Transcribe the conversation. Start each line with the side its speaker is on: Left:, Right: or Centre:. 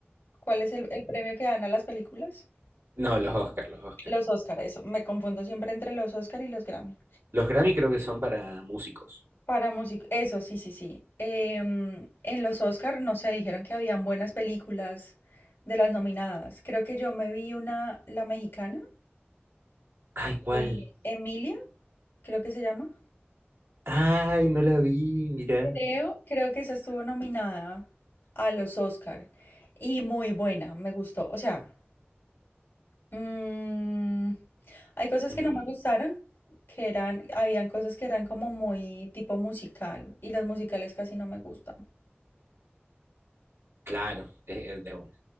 Left: ¿Cuál es el, el premio que dan a las películas?
Right: No, los Oscar, los Oscar.
Left: Los Oscar, eso. Me confundo siempre entre los Oscar y los Grammy.
Right: Los Grammy creo que son para músicos.
Left: Para música, eso, sí, sí, sí. Em, en los Oscar, no sé, dijeron que habían buenas películas de las nominadas. Creo que yo me vi una, la mexicana,
Right: Ay, ¿cuál?
Left: eh, Emilia, creo que se llama.
Right: Ay, no la vi, mira.
Left: Creo, creo que esa estuvo nominada a los Oscar y muy buena, me gustó. O sea, mm, hay cosas
Right: Mm,
Left: que no me gustaron, que eran, habían cosas que eran como muy tipo musical y los musicales casi no me gustan.
Right: claro, es, es de una.